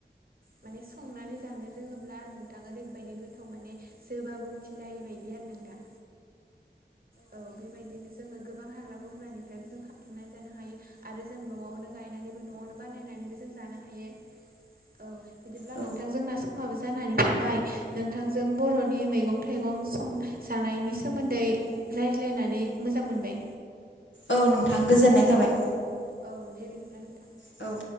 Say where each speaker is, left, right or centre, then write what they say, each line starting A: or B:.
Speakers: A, on the right; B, on the left.
A: माने संनानै जानो रोङोब्ला आरो नोंथां ओरैबायदि गोथाव माने जोबाबो मिथिलायि बायदि आरो नोंथां औ बेबायदिनो जोङो गोबां हाग्रा बंग्रानिफ्रायबो जों खाबथंनानै जानो हायो आरो जों न'आवनो गायनानैबो न'आवनो बानायनानैबो जों जानो हायो औ बिदिब्ला
B: औ
A: नोंथां जोंना समाबो जानानै फैबाय नोंथांजों बर'नि मैगं थाइगं सं जानायनि सायाव सोमोन्दै रायज्लायनानै मोजां मोनबाय
B: औ नोंथां गोजोननाय थाबाय
A: औ औ दे बिदिब्ला नोंथां
B: औ